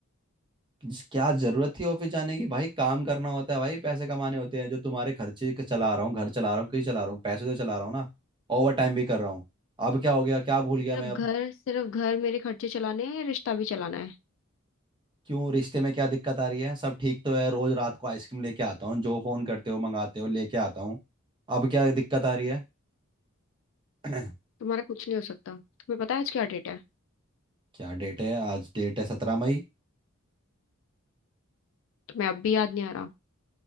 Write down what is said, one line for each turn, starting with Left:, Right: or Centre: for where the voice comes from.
Right: जिस- क्या जरूरत थी ऑफिस जाने की भाई काम करना होता है भाई पैसे कमाने होते हैं जो तुम्हारे खर्चे के चला रहा हूँ घर चला रहा हूँ कहीं चला रहा हूँ पैसे तो चला रहा हूँ ना ओवर टाइम भी कर रहा हूँ अब क्या हो गया क्या भूल गया
Left: सिर्फ
Right: मैं अब
Left: घर सिर्फ घर मेरे खर्चे चलाने हैं या रिश्ता भी चलाना है
Right: क्यों रिश्ते में क्या दिक्कत आ रही है सब ठीक तो है रोज रात को आइसक्रीम लेके आता हूँ जो फोन करते हो मंगाते हो लेके आता हूँ अब क्या दिक्कत आ रही है <clears throat>
Left: तुम्हारा कुछ नहीं हो सकता तुम्हें पता है आज क्या डेट है
Right: क्या डेट है आज डेट है सत्रह मई
Left: तुम्हें अब भी याद नहीं आ रहा